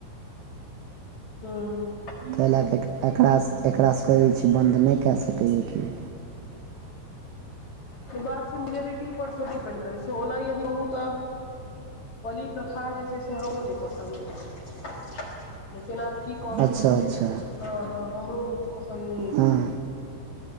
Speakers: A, on the left; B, on the right.
A: हूँ
B: ताहि लए कऽ एकरासँ एकरासँ कऽ बन्द नहि कए सकैए केओ।
A: तऽ बात छैय मेजोरिटी पर स डिपेन्ड करै छैय ओना अ यदि कहु तऽ बलि प्रथा जे छैय से हमरो नहि पसन्द छैय लेकिन आब की कऽ सकैत
B: अच्छा
A: छियै,
B: अच्छा
A: हँ हँ हमरो ओतेक पसन्द नहि अछि।
B: हँ